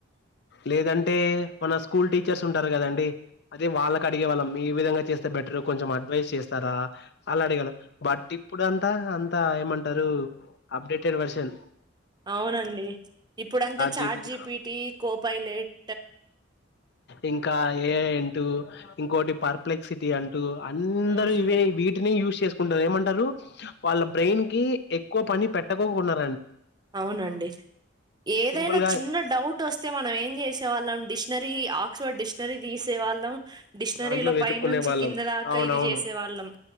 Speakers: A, on the left; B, on the right.
A: లేదంట అంటే మన స్కూల్ టీచర్స్ ఉంటారు కదాండి అదే వాళ్ళకడిగే వాళ్ళం ఈ విధంగా చేస్తే బెటర్ కొంచెం అడ్వైస్ చేస్తారా అలా అడగేను బట్ ఇప్పుడు అంతా అంత ఎమంటారు అప్డేటెడ్ వర్షన్
B: అవునండి ఇప్పుడంతా చాట్జిపిటి
A: జిపిటి
B: కో పైలెట్
A: ఇంకా ఏఐ అంటూ ఇంకోటి పర్ప్లెక్సిటీ అం టు అందరూ
B: హ్మ్.
A: ఇవే వీటినే యూజ్ చేస్ ఉండది ఏమంటారు వాళ్ళ బ్రెయిన్కి ఎక్కువ పని పెట్టకోన్నా
B: అవునండి ఏదైనా
A: సింపుల్ గా
B: చిన్న డౌట్ ఓస్తే మనం ఏం జేసేవాళ్ళం డిస్నరీ అ ఎక్ డిష్నరీ ధీసే వాళ్ళం డిష్నరీలో
A: దాంట్లో వెతుక్కునే
B: పైనుంచి
A: వాళ్ళం
B: కింద దాకా
A: అవునవును
B: ఇది జేసే వాళ్ళం